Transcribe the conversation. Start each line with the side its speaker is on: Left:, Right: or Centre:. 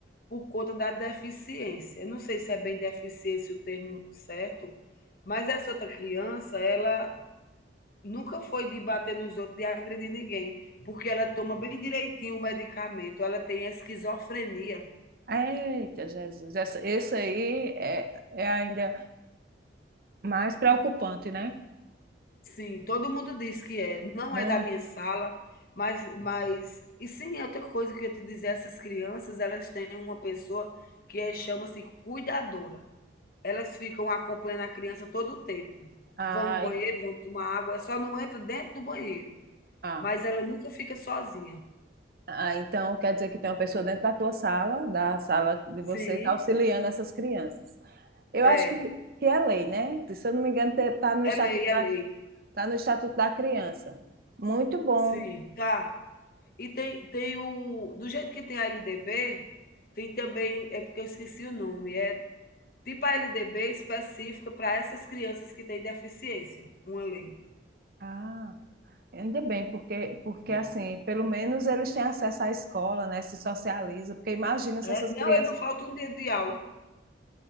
Left: por conta da deficiência. Eu não sei se é bem deficiência o termo certo, mas essa outra criança, ela nunca foi de bater nos outros, de agredir ninguém, porque ela toma bem direitinho o medicamento, ela tem esquizofrenia.
Right: Eita, Jesus, essa, esse aí é, é ainda mais preocupante, né?
Left: Sim, todo mundo diz que é. Não
Right: Muito.
Left: é da minha sala, mas mas e sim, é outra coisa que eu ia te dizer, essas crianças, elas têm uma pessoa que é chama-se cuidadora. Elas ficam acompanhando a criança todo o tempo.
Right: Ah,
Left: Vão no banheiro,
Right: e-
Left: vão tomar água, só não entra dentro do banheiro,
Right: ah.
Left: mas ela nunca fica sozinha.
Right: Ah, então quer dizer que tem uma pessoa dentro da tua sala, da sala de vocês,
Left: Sim,
Right: auxiliando essas crianças. Eu
Left: é.
Right: acho que, que é lei, né? Se eu não me engano, está no estatuto,
Left: É lei, é lei.
Right: tá no estatuto da criança. Muito bom.
Left: Sim, tá. E tem tem o do jeito que tem a LDB, tem também é porque eu esqueci o nome, é tipo a LDB específica para essas crianças que têm deficiência, uma lei.
Right: Ah, ainda bem, porque, porque assim, pelo menos eles têm acesso à escola, né? Se socializa, porque imagina se
Left: É,
Right: essas
Left: não,
Right: crianças.
Left: ele não falta um dia de aula,